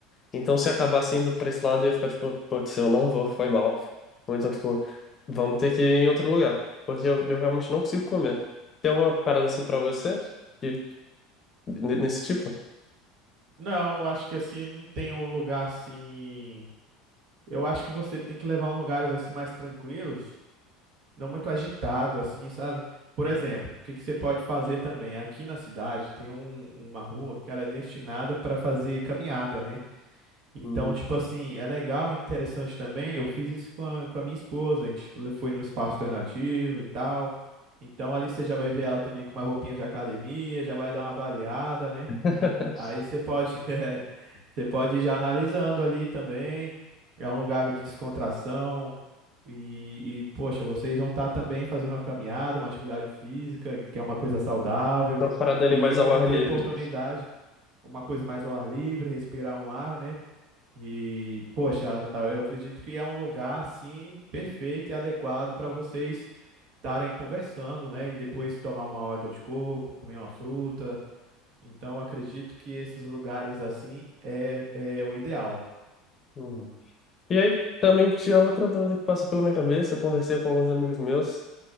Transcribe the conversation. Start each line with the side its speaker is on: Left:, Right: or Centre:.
Left: Então, se acabasse indo pra esse lado, eu ia ficar tipo, putz, eu não vou, foi mal. Ou então, tipo, vamos ter que ir em outro lugar, porque eu, eu realmente não consigo comer. Tem uma parada assim pra você? Que, n- nesse tipo?
Right: Não, acho que assim, não tem um lugar assim. Eu acho que você tem que levar em lugares assim mais tranquilos, não muito agitado, assim, sabe? Por exemplo, o que que você pode fazer também? Aqui na cidade tem um- uma rua que ela é destinada para fazer caminhada, né? Então,
Left: Uhum.
Right: tipo assim, é legal, interessante também. Eu fiz isso com a, com a minha esposa. A gente foi no espaço alternativo e tal. Então, ali você já vai ver ela também com uma roupinha de academia, já vai dar uma avaliada, né?
Left: <laughs>
Right: Aí você pode, <laughs> eh, você pode ir já analisando ali também. É um lugar de descontração. E, e, poxa, vocês vão estar também fazendo uma caminhada, uma atividade física, que é uma
Left: Uhum.
Right: coisa saudável.
Left: Tem Uma parada ali
Right: E
Left: mais ao
Right: vai
Left: ar
Right: ter
Left: livre.
Right: oportunidade, uma coisa mais ao ar livre, respirar um ar, né? E, poxa, a- eu acredito que é um lugar assim perfeito e adequado para vocês estarem conversando, né? E depois tomar uma água de coco, comer uma fruta. Então, acredito que esses lugares assim é, é o ideal.
Left: Uhum. E aí, também tinha outra dúvida que passou pela minha cabeça, eu conversei com alguns amigos meus.